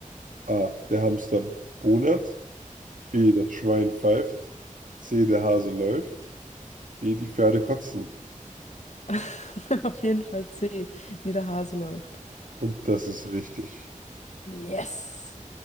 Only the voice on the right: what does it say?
A. der Hamster bonert, B. das Schwein pfeift, C. der Hase läuft, D. die Pferde kotzen.
Und das ist richtig.